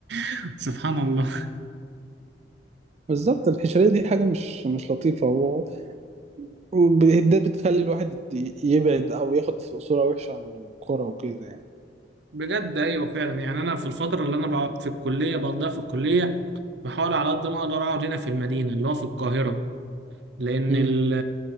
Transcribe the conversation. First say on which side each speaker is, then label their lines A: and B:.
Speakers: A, on the right (about 70°); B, on the right (about 35°).
A: <laughs> سبحان الله
B: بالظبط الحشرية دي حاجة مش مش لطيفة و... وده بتخلي الواحد ي- يبعد أو ياخد صورة وحشة عن القرى وكده يعني
A: بجد ايوه فعلا يعني انا في الفتره اللي انا بقعد في الكليه بقضيها في الكليه بحاول على قد ما اقدر اقعد هنا في المدينه اللي هو في القاهره لان
B: مم.
A: ال